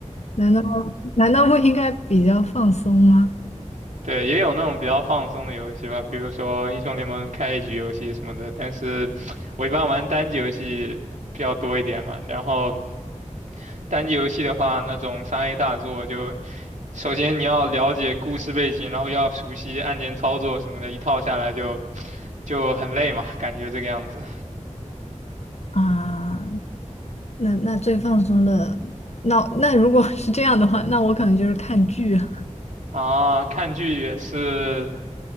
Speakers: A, on the left (about 60°); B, on the right (about 75°).
A: 难道难道不应该比较放松吗？
B: 对，也有那种比较放松的游戏吧，比如说英雄联盟开一局游戏什么的。但是我一般玩单机游戏比较多一点嘛。然后单机游戏的话，那种三 A 大作就，首先你要了解故事背景，然后要熟悉按键操作什么的，一套下来就就很累嘛，感觉这个样子。
A: 啊，那那最放松的，那那如果 <laughs> 是这样的话，那我可能就是看剧了。
B: 啊，看剧也是